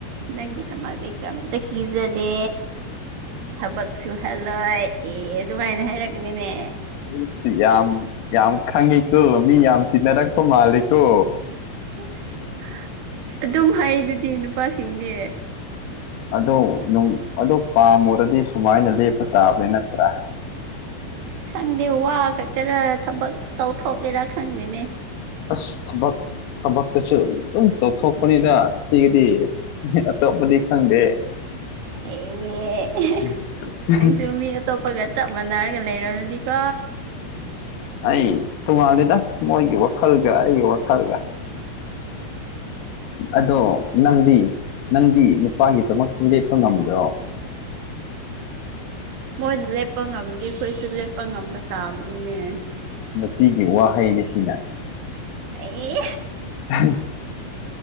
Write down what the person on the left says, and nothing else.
ꯑꯗꯨ ꯌꯥꯝ ꯌꯥꯝ ꯈꯪꯉꯤꯀꯣ ꯃꯤ ꯌꯥꯝ ꯇꯤꯟꯅꯔꯛꯄ ꯃꯥꯜꯂꯦꯀꯣ
ꯑꯗꯣ ꯑꯗꯣ ꯄꯥꯝꯃꯨꯔꯗꯤ ꯁꯨꯃꯥꯏꯅ ꯂꯦꯞꯄ ꯇꯥꯕ꯭ꯅꯦ ꯅꯠꯇꯔ
ꯑꯁ ꯊꯕꯛ ꯊꯕꯛꯇꯁꯨ ꯑꯗꯨꯝ ꯇꯧꯊꯣꯛꯄꯅꯤꯅ ꯁꯤꯒꯤꯗꯤ ꯑꯇꯣꯞꯄꯗꯤ ꯈꯪꯗꯦ
<unintelligible>
ꯑꯩ ꯇꯣꯉꯥꯟꯜꯂꯤꯗ ꯃꯣꯏꯒꯤ ꯋꯥꯈꯜꯒ ꯑꯩꯒꯤ ꯋꯥꯈꯜꯒ ꯑꯗꯣ ꯅꯪꯗꯤ ꯅꯪꯗꯤ ꯅꯨꯄꯥꯒꯤꯗꯃꯛꯇ ꯂꯦꯞꯄ ꯉꯝꯗ꯭ꯔꯣ
ꯅꯨꯄꯤꯒꯤ ꯋꯥꯍꯩꯅꯤ ꯁꯤꯅ
ꯎ